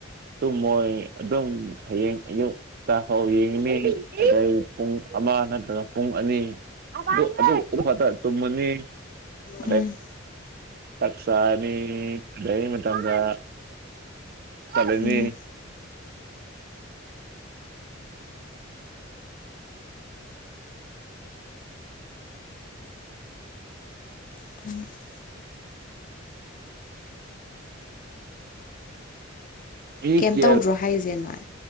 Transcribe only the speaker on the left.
ꯎꯝ
ꯎꯝ <inaudible>
ꯀꯩꯝ ꯇꯧꯗ꯭ꯔꯣ ꯍꯥꯏꯁꯦ ꯅꯣꯏ